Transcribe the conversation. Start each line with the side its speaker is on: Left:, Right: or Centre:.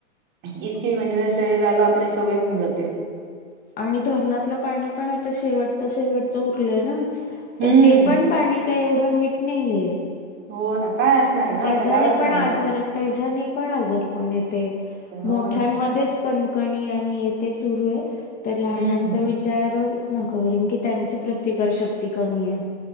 Right: इतकी म्हणजे शरीराला आपल्या सवयी होऊन जाते.
Left: आणि धरणातलं पाणी पण आता शेवटचा शेवटच उरलंय ना?
Right: हं.
Left: तर ते पण पाणी का एवढं नीट नाहीये.
Right: हो ना? काय असणार आहे ना
Left: त्याच्याने
Right: आता गाळच
Left: पण
Right: राहणार.
Left: आजार त्याच्याने पण आजारपण येते
Right: हो
Left: मोठ्यांमध्येच
Right: ना.
Left: कण कणी आणि हे ते सुरू आहे तर लहानांचा
Right: हं.
Left: विचार न कारण की त्यांची प्रतिकार शक्ती कमी आहे.